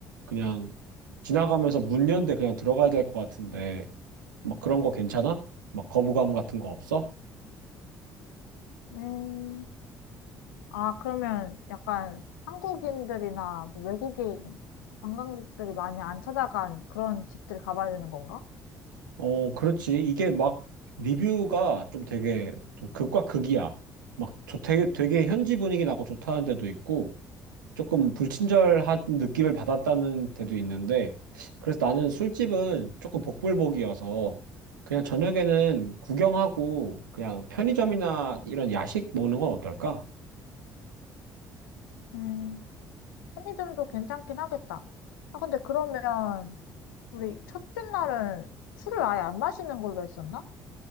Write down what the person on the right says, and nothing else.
그냥 지나가면서 문 연대 그냥 들어가야 될 것 같은데, 막 그런 거 괜찮아? 막 거부감 같은 거 없어?
어, 그렇지. 이게 막 리뷰가 좀 되게 좀 극과 극이야. 막 좋, 되게, 되게 현지 분위기 나고 좋다는 데도 있고, 조금 불친절한 느낌을 받았다는 데도 있는데, 그래서 나는 술집은 조금 복불복이어서, 그냥 저녁에는 구경하고, 그냥 편의점이나 이런 야식 먹는 건 어떨까?